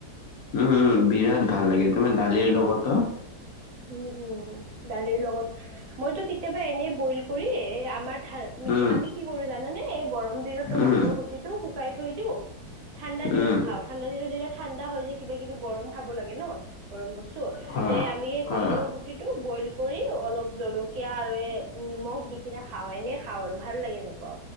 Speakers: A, on the left (about 70°); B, on the right (about 65°).
A: উম, উম, বিৰাট ভাল লাগে তোমাৰ দালিৰ লগতো।
B: উম, উম। দালিৰ লগত মইতো কেতিয়াবা এনেই বইল কৰি এ আমাৰ থা
A: উম
B: আমি কি কৰো জানানে এই গৰম দিনতো কঁঠলৰ
A: উম
B: গুটিটো শুকাই থৈ দিও ঠাণ্ডা দিনত
A: উম
B: খাওঁ। ঠাণ্ডা দিনত যেতিয়া ঠাণ্ডা হয় যে কিবা কিবি গৰম খাব লাগে ন' গৰম বস্তু
A: হয়
B: তে আমি
A: হয়
B: কঁঠাল গুটিটো বইল কৰি অলপ জলকীয়া আৰু এ নিমখ দি কিনে খাওঁ এনেই খাওঁ আৰু ভাল লাগে এনেকুৱা